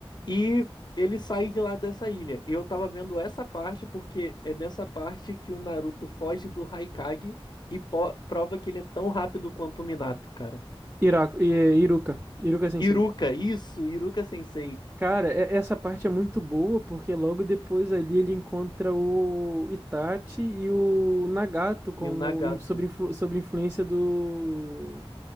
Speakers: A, on the left (about 45°); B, on the right (about 15°).
A: E ele sai de lá dessa ilha. E eu tava vendo essa parte porque é nessa parte que o Naruto foge do Haikage e po- prova que ele é tão rápido quanto o Minato, cara.
B: Iraku, I- é, Iruka. Iruka Sensei.
A: Iruka, isso, Iruka Sensei.
B: Cara, é- essa parte é muito boa porque logo depois ali ele encontra o Itachi e o Nagato como
A: E o Nagato,
B: in- sobre, influ- sobre influência do